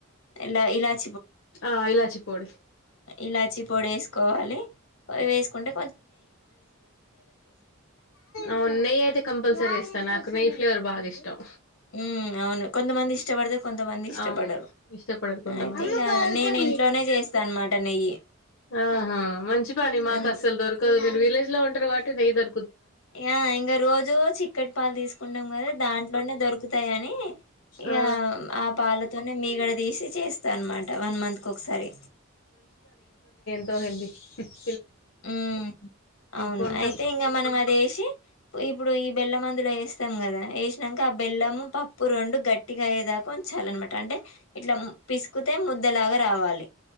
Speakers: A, on the left (about 80°); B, on the left (about 65°).
A: ఇలా, ఇలాచ్
B: ఆ, ఇలాచి పోడి.
A: ఇలాచి పొడేసుకోవాలి. కొదిగేసుకుంటే
B: అవును, నెయ్యి అయితే కంపల్సరీ ఏస్తా. నాకు నెయి ఫు ఫ్లేవర్ బాగిష్టం.
A: ఉ అవును కొంతమంది ఇష్టపడితే కొంతమంది ఇష్టపడరు
B: అవును ఇష్టపడరు కొంతమంది
A: అయితే ఇంకా నేను ఇంట్లోనే చేస్తా అనమాట నెయ్యి
B: ఆహా మంచి పని మాకు
A: ఉమ్,
B: అస్సలు దొరకు మీరు విలేజ్ లో ఉంటన్నారు కాట్టి నెయ్యి దొ
A: ఇగ ఇంకా రోజు చిక్కటి పాలు తీసుకుంటాం కదా దాంట్లోనే దొరుకుంది అంతేగాని ఇగ
B: ఆ
A: ఆ పాలతోనే మీగడ తీసి చేస్తా అనమాట వన్ మంత్కి ఒకసారి
B: సో హెల్తి
A: ఉ అవును
B: కొంటాం
A: అయితే ఇంకా మనం అది ఏసి ఇప్పుడు ఈ బెల్లం అందులో వేస్తాం కదా వేసినాక ఆ బెల్లం పప్పు రెండు గట్టిగా అయ్యేదాకా ఉంచాలనమాట అంటే ఇట్లా పిస్ తక్కితే ముద్దలాగా రావాలి